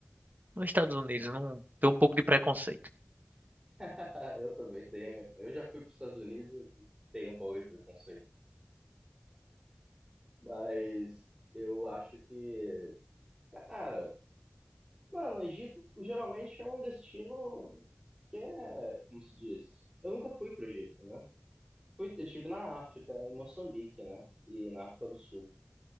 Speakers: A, on the right; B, on the right.
A: nos Estados Unidos, não tem um pouco de preconceito.
B: <laughs> Eu também tenho. Eu já fui para os Estados Unidos, e tenho um pouco de preconceito. Mas eu acho que, cara, mano, o Egito geralmente é um destino que é, como se diz? Eu nunca fui pro Egito, né? Fui, eu tive na África, em Moçambique, né? E na África do Sul.